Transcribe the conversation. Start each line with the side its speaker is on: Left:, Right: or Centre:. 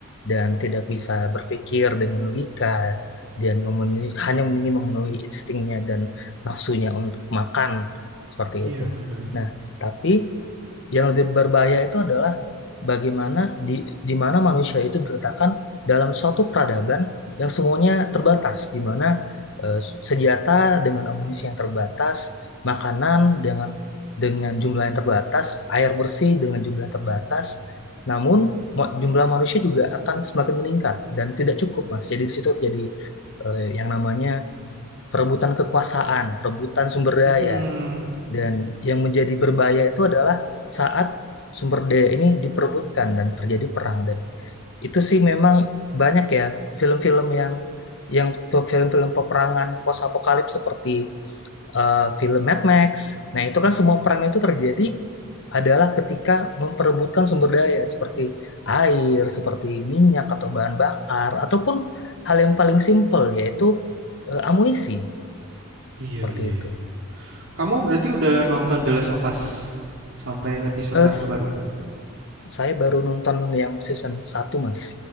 Left: dan tidak bisa berpikir dengan logika dan memenuhi, hanya ingin memenuhi instingnya dan nafsunya untuk makan seperti
Right: Iya,
Left: itu.
Right: benar.
Left: Nah, tapi yang lebih berbahaya itu adalah bagaimana di di mana manusia itu diletakkan dalam suatu peradaban yang semuanya terbatas, di mana eh, senjata dengan amunisi yang terbatas, makanan dengan dengan jumlah yang terbatas, air bersih dengan jumlah yang terbatas. Namun mo- jumlah manusia juga akan semakin meningkat dan tidak cukup, Mas. Jadi di situ jadi eh, yang namanya perebutan kekuasaan, perebutan sumber daya.
Right: Mm-mm.
Left: Dan yang menjadi berbahaya itu adalah saat sumber daya ini diperebutkan dan terjadi perang dan itu sih memang banyak ya film-film yang yang film-film peperangan post apokalips seperti eh, film Mad Max. Nah, itu kan semua perang itu terjadi adalah ketika memperebutkan sumber daya seperti air, seperti minyak atau bahan bakar ataupun hal yang paling simpel yaitu eh, amunisi
Right: Iya,
Left: seperti
Right: iya,
Left: itu.
Right: iya. Kamu berarti udah nonton The Last of Us sampai episode
Left: Eh,
Right: yang
Left: s-
Right: terbaru?
Left: Saya baru nonton yang season satu, Mas.